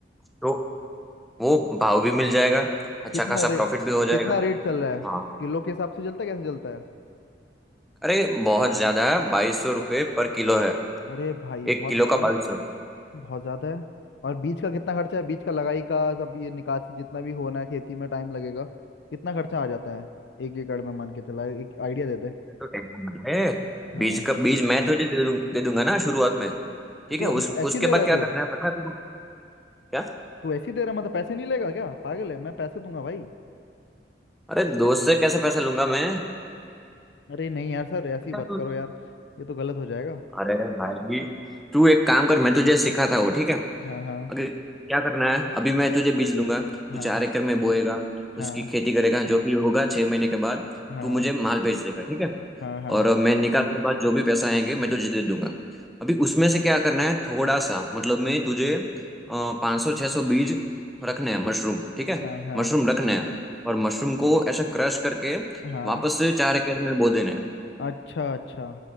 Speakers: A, in the centre; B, on the left.
A: तो वो भाव भी मिल जाएगा अच्छा
B: कितना
A: खासा
B: रेट
A: प्रॉफिट भी हो जाएगा
B: कितना रेट चल रहा है
A: हाँ
B: किलो के हिसाब से चलता है कैसे चलता है
A: अरे बहुत ज़्यादा है बाईस सौ रुपये पर किलो है
B: अरे भाई बहुत
A: एक किलो
B: महंगा
A: का
B: है,
A: बाईस सौ
B: बहुत ज़्यादा है और बीज का कितना खर्चा है बीज का लगाई का सब ये निकासी जितना भी होना है खेती में टाइम लगेगा कितना खर्चा आ जाता है एक एकड़ में मान के चला एक आइडिया दे दे
A: तो टेंशन मत ले
B: हाँ
A: बीज का बीज मैं तुझे दे दूं, दे दूंगा ना शुरुआत में ठीक
B: तू
A: है
B: अपने
A: उस
B: ऐसी
A: उसके
B: दे रहा
A: बाद
B: है
A: क्या
B: तू
A: करना है पता है तुझे क्या
B: तू ऐसी दे रहा है मतलब पैसे नहीं लेगा क्या पागल है मैं पैसे दूंगा भाई
A: अरे दोस्त से कैसे पैसे लूंगा मैं
B: अरे नहीं यार सर ऐसी
A: अरे
B: बात
A: तू-
B: करो यार ये तो गलत हो जाएगा
A: अरे भाई तू एक काम कर मैं तुझे सिखाता हूँ ठीक है
B: हाँ हाँ
A: अगर क्या करना है अभी मैं तुझे बीज दूंगा तू
B: हाँ
A: चार एकड़ में बोएगा
B: हाँ
A: उसकी खेती करेगा जो भी होगा छह महीने के बाद
B: हाँ
A: तू मुझे माल भेज देगा ठीक है
B: हाँ हाँ हाँ
A: और मैं निकाल के बाद जो भी पैसा आएंगे मैं तुझे दे दूंगा अभी उसमें से क्या करना है थोड़ा सा मतलब मैं तुझे पाँच सौ छः सौ बीज रखने हैं मशरूम ठीक है
B: हाँ हाँ
A: मशरूम रखने हैं और मशरूम को ऐसा क्रश करके
B: हाँ,
A: वापस से चार एकड़ में बो देने हैं
B: अच्छा अच्छा